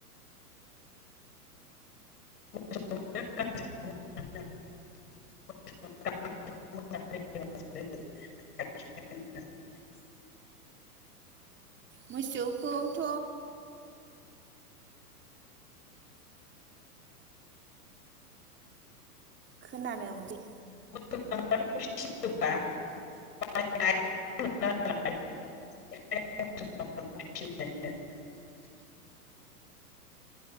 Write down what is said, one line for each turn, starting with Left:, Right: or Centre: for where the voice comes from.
Left: <unintelligible> <unintelligible>
Right: मोसौखौथ' खोनानो मोनसै
Left: <unintelligible>